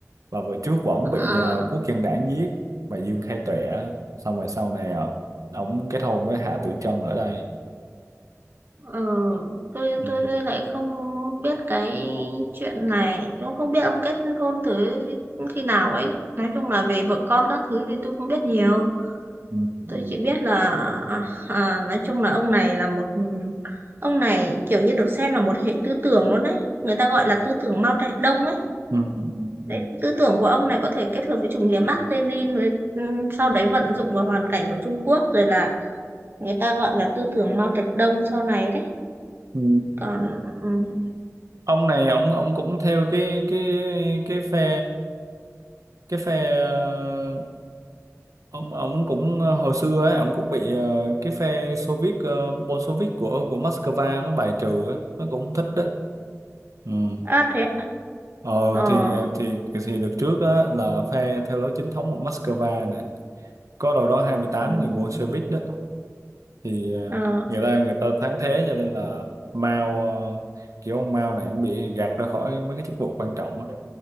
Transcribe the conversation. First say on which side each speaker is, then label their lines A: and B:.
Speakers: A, on the right (about 85°); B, on the right (about 40°).
A: bà vợ trước của ổng bị
B: Ờ,
A: ờ, quốc dân đảng giết bà Dương Khai Tuệ á. xong rồi sau này ờ, ổng kết hôn với Hạ Tử Trân ở đây
B: Ờ, tôi
A: ừ.
B: tôi tôi lại không biết cái chuyện này cũng không biết ông kết hôn thử khi nào ấy nói chung là về vợ con các thứ thì tôi không biết nhiều
A: Ừ.
B: tôi chỉ biết là à, nói chung là ông này là một ông này kiểu như được xem là một hệ tư tưởng luôn đấy người ta gọi là tư tưởng Mao Trạch Đông ấy
A: Ừ. Ừ.
B: đấy tư tưởng của ông này có thể kết hợp với chủ nghĩa Mác Lênin rồi ừm, sau đấy vận dụng vào hoàn cảnh của Trung Quốc rồi là người ta gọi là tư tưởng Mao Trạch Đông sau này đấy
A: Ừ.
B: còn ừm,
A: ông này ông ông cũng theo cái cái cái phe cái phe ờ, ông ông cũng ờ, hồi xưa ấy ông cũng bị ờ, cái phe Soviet uh, Bolshevik của của Moscow nó bài trừ á nó cũng không thích đó ừ.
B: À, thế
A: ờ
B: ờ
A: thì ờ, thì thì được trước á là phe theo lối chính thống của Moscow nè có đâu đó hai mươi
B: ừ,
A: tám người Bolshevik đó thì ờ,
B: ờ
A: người ta người ta thắng thế cho nên là Mao ờ, kiểu ông Mao này cũng bị gạt ra khỏi mấy cái chức vụ quan trọng á